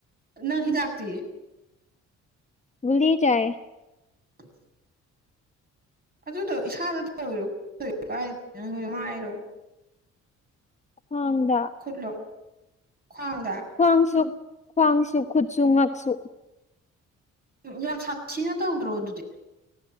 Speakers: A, on the right; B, on the left.
A: ꯅꯪ ꯍꯤꯗꯥꯛꯇꯤ
B: ꯂꯤ ꯆꯥꯏ
A: ꯍ ꯑꯗꯨꯗꯣ ꯏꯁꯥꯗ ꯇꯧꯔꯣꯔ ꯀꯩꯗꯅꯣ ꯃꯥꯏꯔꯣ
B: <unintelligible>
A: ꯈꯨꯠꯂꯣ ꯈ꯭ꯋꯥꯡꯗ
B: ꯈ꯭ꯋꯥꯡꯁꯨ ꯈ꯭ꯋꯥꯡꯁꯨ ꯈꯨꯠꯁꯨ ꯉꯥꯛꯁꯨ
A: ꯎꯝ ꯌꯥꯝ ꯁꯥꯊꯤꯅ ꯇꯧꯗ꯭ꯔꯣ ꯑꯗꯨꯗꯤ